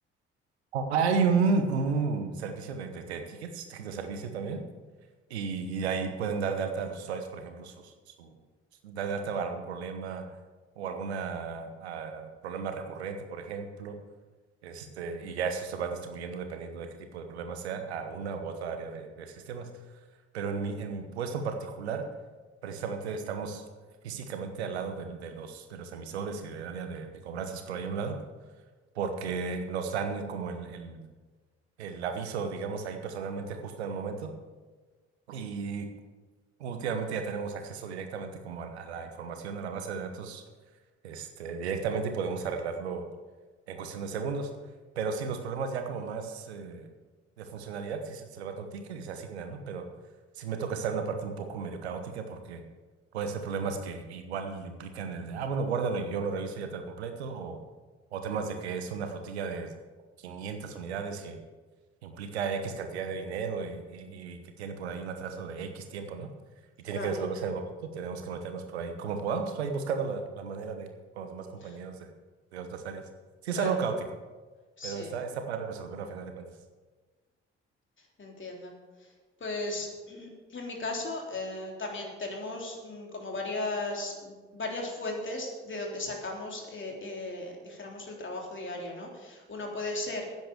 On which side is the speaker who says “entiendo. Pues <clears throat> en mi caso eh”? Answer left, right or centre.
Left